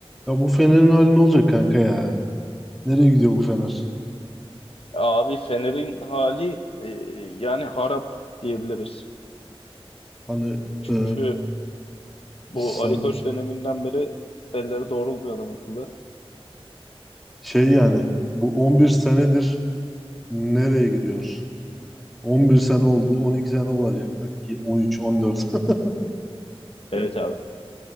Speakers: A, in the centre; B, on the left.
A: Ya bu Fener'in hali ne olacak kanka ya? Nereye gidiyor bu Fener?
B: Abi Fener'in hali e, yani harap diyebiliriz.
A: Hani
B: Çünkü
A: e,
B: bu
A: sana
B: Ali Koç döneminden beri belleri doğrulmuyor adamın kılı.
A: şey yani bu 11 senedir nereye gidiyor? 11 sene oldu, 12 sene olacak belki 13, 14. <laughs>
B: Evet abi.